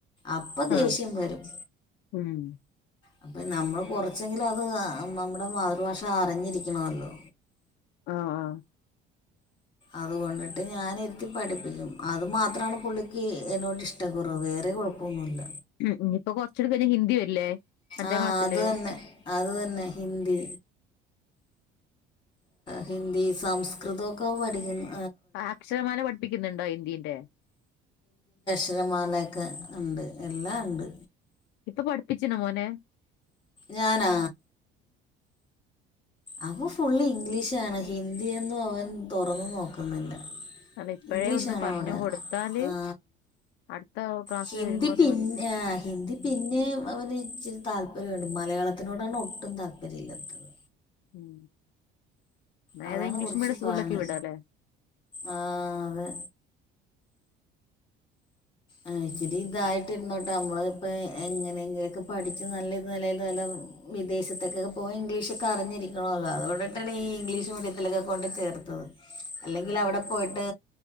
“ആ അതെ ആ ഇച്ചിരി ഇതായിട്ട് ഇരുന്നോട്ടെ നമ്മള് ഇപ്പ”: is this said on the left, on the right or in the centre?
Left